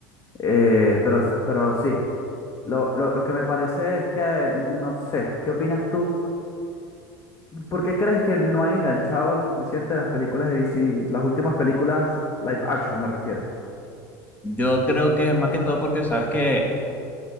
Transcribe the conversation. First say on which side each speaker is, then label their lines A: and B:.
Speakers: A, on the left; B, on the left.
A: Eh, pero, pero sí, lo, lo, lo que me parece es que, no sé, ¿qué opinas tú? ¿Por qué crees que no han enganchado lo suficiente las películas de DC? Las últimas películas live action, me refiero.
B: Yo creo que más que todo porque sabes que